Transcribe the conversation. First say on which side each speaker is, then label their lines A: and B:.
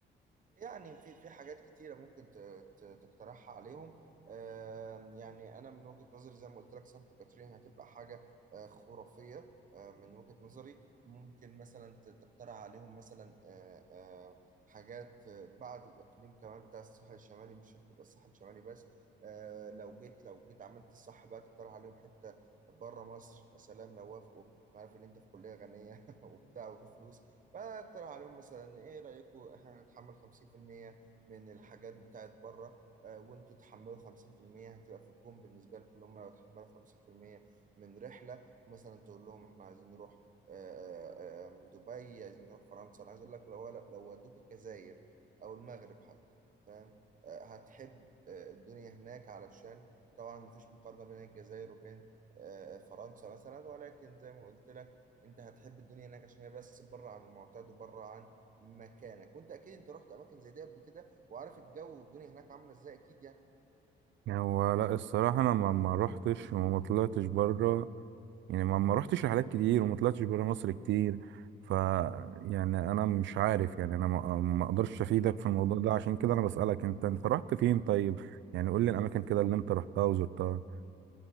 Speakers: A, on the right; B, on the right.
A: يعني في في حاجات كتيرة ممكن ت- ت- تقترحها عليهم آم، يعني أنا من وجهة نظري زي ما قلت لك سانت كاترين هتبقى حاجة آه، خرافية آه، من وجهة نظري ممكن مثلا ت- تقترح عليهم مثلا آه، آه، حاجات آه، بعد الإقليم كمان بتاع الساحل الشمالي مش شرط تبقى الساحل الشمالي بس آه، لو جيت لو جيت عملت الصح بقى تقترح عليهم حتة بره مصر يا سلام لو وافقوا أنا عارف إن أنت في كلية غنية <laughs> وبتاع وفي فلوس فاقترح عليهم مثلا ايه رأيكم احنا نتحمل 50% من الحاجات بتاعت بره آه، وانتوا تحملوا 50% هتبقى في الجون بالنسبة لكم اللي هم لو تحملوا 50% من رحلة مثلا تقول لهم احنا عايزين نروح آه، آه، آم، دبي عايزين نروح فرنسا انا عايز اقول لك لو لو ودوك الجزائر او المغرب حتى فاهم آه، هتحب آه، الدنيا هناك علشان طبعا مفيش مقارنة بين الجزائر وبين آه، فرنسا مثلا ولكن زي ما قلت انت هتحب الدنيا هناك عشان هي بس بره عن المعتاد وبره عن مكانك وانت اكيد انت رحت اماكن زي دي قبل كده وعارف الجو والدنيا هناك عامله ازاي اكيد يعني
B: يعني هو لا الصراحه انا ما ما روحتش وما طلعتش بره يعني ما ما رحتش رحلات كتير وما طلعتش بره مصر كتير ف يعني انا مش عارف يعني انا ما ما اقدرش افيدك في الموضوع ده عشان كده انا بسألك انت انت رحت فين طيب يعني قول لي الاماكن كده اللي انت رحتها وزرتها